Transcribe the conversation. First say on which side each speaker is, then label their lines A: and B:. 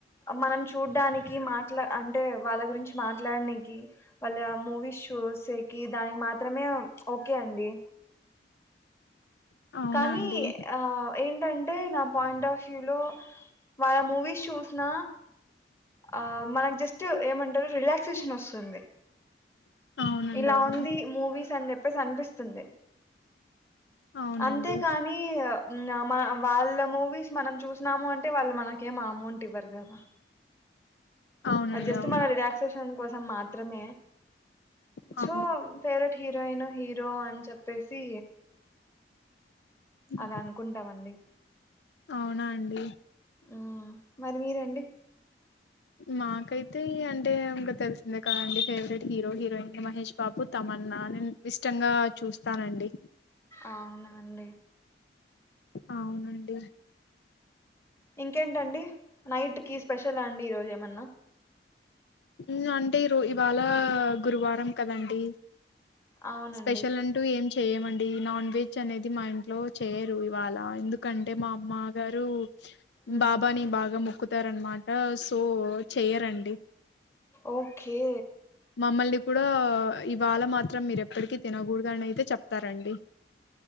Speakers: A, on the left (about 15°); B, on the left (about 80°).
A: మనం చూడ్డానికి మాట్లా అంటే వాళ్ళ గురించి మాట్లాడనికి వాళ్ళ మూవీస్ షోస్కి దానికి మాత్రమే ఓకే అండి
B: అవునా
A: కానీ
B: అండి
A: ఆ ఏంటంటే నా పాయింట్ ఆఫ్ షూ లో వాళ్ళ మూవీస్ చూసిన ఆ మనకు జస్ట్ ఏమంటారు రిలాక్సేషన్ వస్తుంది
B: అవునండి
A: ఇలా
B: అవును
A: ఉంది మూవీస్ అని చె ప్పేసి అనిపిస్తుంది
B: అవునండి
A: అంతేకాని నా మ వాళ్ళ మూవీస్ మనం చూసినాము అన్ వళ్ళ మన కేం అమౌంట్ ఇవ్వరు కదా
B: అవునండి
A: అది జస్ట్
B: అవును
A: మన రిలాక్సేషన్ కోసం మాత్రమే
B: అవునండి
A: సో ఫేవరెట్ హీరోయిన్, హీరో అని చెప్పేసి
B: హ్మ్.
A: అలా అనుకుంటామండి
B: అవునా అండి
A: ఆ మరి మీరండి
B: మాకైతే అంటే ఇంకా తెలిసిందే కదండి favourite hero, heroine Mahesh Babu Tamannaah నేను ఇష్టంగా చూస్తానండి
A: అవునా అండి
B: అవునండి
A: ఇంకేంటండి నైట్ కీ స్పెషల్ ఉంది ఈరోజు ఏమన్నా
B: ఉ అంటే రు ఇవాళ గురువారం కదండి
A: అవునండి
B: స్పెషల్ అంటూ ఏం చేయమండి నాన్ వెజ్ అనేది మా ఇంట్లో చేయరు ఇవాళ ఎందుకంటే మా అమ్మ గారు
A: మ్మ్
B: బాబాని బాగా మొక్కుతారనమాట సో చెయరండి డి
A: ఓకే
B: మమ్మల్ని కూడా ఇవాళ మాత్రం మీరు ఎప్పటికిీ తినకూడదు అని అయితే చెప్తారండి